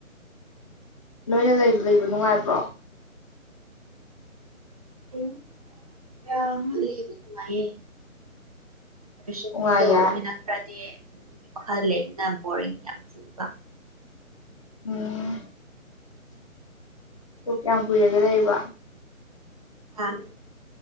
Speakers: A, on the left; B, on the right.
A: ꯅꯣꯏꯅ ꯂꯩ ꯂꯩꯕ ꯅꯨꯡꯉꯥꯏꯕ꯭ꯔꯣ
B: ꯑ ꯍ ꯀꯃꯌꯦ ꯁꯨ
A: ꯅꯨꯡꯉꯥꯏꯌꯦ
B: ꯍꯣꯁꯇ ꯑꯣꯏꯕꯅꯤꯅ ꯈꯔꯗꯤ ꯃꯤꯒꯤ ꯃꯈꯥꯗ ꯂꯩꯕꯅ ꯕꯣꯔꯤꯡ ꯌꯥꯝ ꯀꯨꯏꯕ
A: ꯎꯝ ꯀꯌꯥꯝ ꯀꯨꯏꯔꯒꯦ ꯂꯩꯕ
B: ꯑꯥ